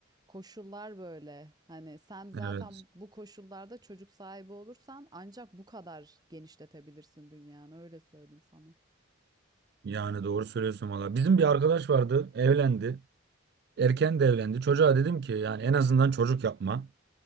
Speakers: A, on the right; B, on the right.
A: koşullar böyle. Hani sen zaten
B: Evet.
A: bu koşullarda çocuk sahibi olursan ancak bu kadar genişletebilirsin dünyanı. Öyle söyleyeyim sana.
B: Yani doğru söylüyorsun valla. Bizim bir arkadaş vardı, evlendi. Erken de evlendi. Çocuğa dedim ki yani en azından çocuk yapma.